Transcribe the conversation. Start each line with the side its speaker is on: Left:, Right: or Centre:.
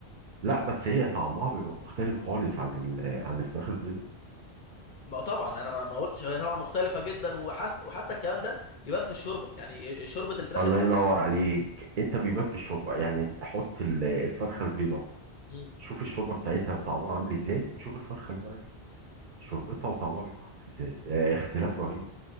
Right: لا بس هي طعمها بيبقى مختلف خالص عن ال- عن الفراخ البيضاء
Left: ما طبعا انا ما ما قلتش هي طبعا مختلفه جدا وحس وحتى الكلام ده يبان في الشوربه يعني شوربه الفراخ
Right: الله
Left: البلدي
Right: ينور
Left: بتبقى
Right: عليك انت بيبان في الشوربه يعني حط ال- الفرخه البيضاء
Left: مم.
Right: شوف الشوربه بتاعتها وطعمها عامل ازاي وشوف الفرخه البلدي شوربتها وطعمها بيبقى عامل ازاي اه اختلاف رهيب